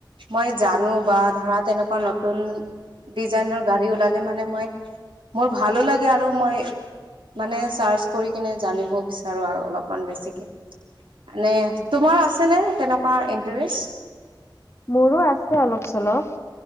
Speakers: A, on the right; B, on the left.
A: মই জানো বা ধৰা তেনেকুৱা নতুন ডিজাইনৰ গাড়ী ওলালে মানে মই মোৰ ভালো লাগে আৰু মই মানে চাৰ্চ কৰি কিনে জানিব বিচাৰো আৰু অলপ মান বেছিকে মানে তোমাৰ আছে নে তেনেকুৱা ইণ্টাৰেষ্ট?
B: মোৰো আছে অলপ - চলপ,